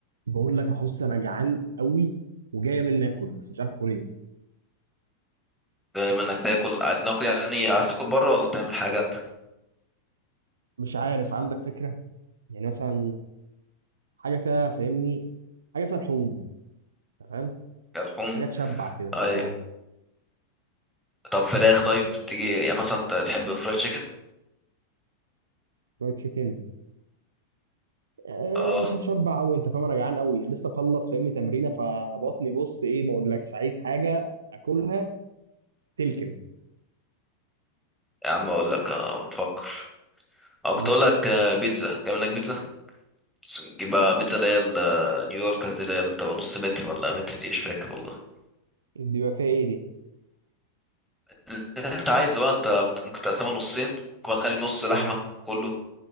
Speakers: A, on the right; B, in the centre.
A: بقول لك يا حس انا جعان قوي وجايه مني اكل بس مش عارف اكل ايه
B: دايما انك تاكل قاعد ناكل يعني عايز تاكل بره ولا تعمل حاجه انت
A: مش عارف عندك فكره يعني مثلا حاجه فيها فاهمني حاجه فيها لحوم أنت فاهم
B: كلحوم
A: حاجه تشبع كده
B: اي
A: اه
B: طب فراخ طيب تيجي يعني مثلا انت تحب فرايد تشيكن
A: شويه تشيكن آه
B: اه
A: مش هتشبع قوي انت فاهم انا جعان قوي يعني لسه مخلص فاهمني تمرينه فبطني بص ايه ما اقولكش عايز حاجه اكلها تلكم
B: يا عم اقول لك آه بتفكر او
A: مم.
B: كنت اقول لك آه، بيتزا تعمل لك بيتزا بس نجيب بقى بيتزا اللي هي ال- آه، نيويورك دي، اللي هي اللي بتبقى نص متر ولا متر دي مش فاكر والله
A: دي بقى فيها ايه دي
B: اللي انت عايزه بقى انت بت- ممكن تقسمها نصين ممكن بقى تخلي نص لحمه
A: مم.
B: كله